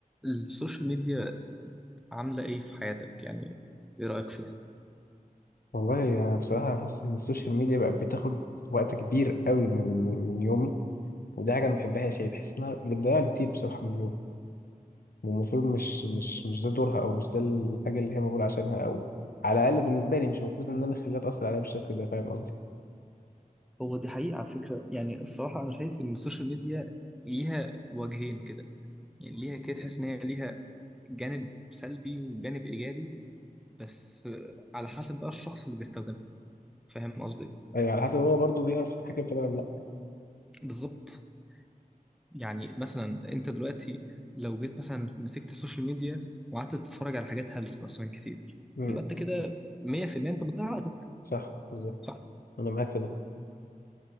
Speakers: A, in the centre; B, on the left.
A: السوشيال ميديا عاملة إيه في حياتك؟ يعني إيه رأيك فيها؟
B: والله أنا بصراحة أنا حاسس إن السوشيال ميديا بقت بتاخد وقت كبير قوي من من من يومي ودي حاجة أنا ما بحبهاش يعني بحس إنها بتضيع لي كتير بصراحة من اليوم والمفروض مش مش مش ده دورها أو مش ده الحاجة اللي هي مقبولة عشانها أو على الأقل بالنسبة لي مش المفروض إن أنا أخليها تأثر عليا بالشكل ده فاهم قصدي؟
A: هو دي حقيقة على فكرة يعني الصراحة أنا شايف إن السوشيال ميديا ليها وجهين كده يعني ليها كده تحس إن هي ليها جانب سلبي وجانب إيجابي بس على حسب بقى الشخص اللي بيستخدمها فاهم قصدي؟
B: أيوه على حسب هو برضه بيعرف يتحكم في ده ولا لأ
A: بالظبط يعني مثلا أنت دلوقتي لو جيت مثلا مسكت السوشيال ميديا وقعدت تتفرج على حاجات هلس مثلا كتير
B: امم
A: يبقى أنت كده 100% أنت بتضيع وقتك
B: صح بالظبط
A: صح؟
B: أنا معاك في ده